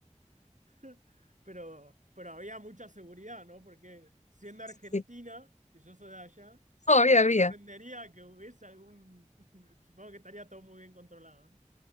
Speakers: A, on the right; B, on the left.
A: <laughs> Pero, pero había mucha seguridad, ¿no? Porque siendo argentina,
B: así,
A: que yo soy de allá,
B: todavía
A: no me
B: había,
A: sorprendería que hubiese algún... <laughs> Supongo que estaría todo muy bien controlado, ¿no?